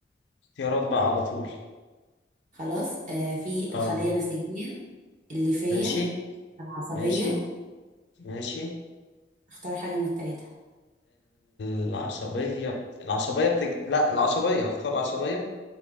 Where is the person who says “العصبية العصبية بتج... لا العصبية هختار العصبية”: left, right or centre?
Left